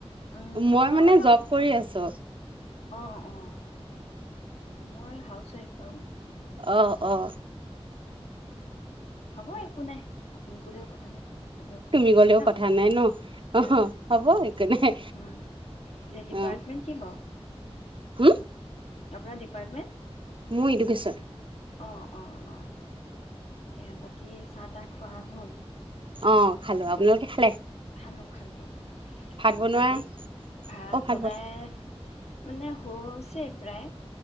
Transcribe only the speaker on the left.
উম
হয়
বাৰু
অঁ অঁ মই হাউচ ৱাইফ বাৰু।
হ'ব একো নাই আপুনি ক'লেও কথা নাই তুমি ক'লেও কথা
নাই ন।
অ
অ এতিয়া ডিপাৰ্টমেণ্ট
কি বাৰু?
আপোনাৰ ডিপাৰ্টমেণ্ট?
অ অ অ। সেয়া বাকী চাহ-তাহ খোৱা হ'ল?
খালো খালো।
মই
ভাতেই, ভাত
বনাই
মানে হৈছে প্ৰায়।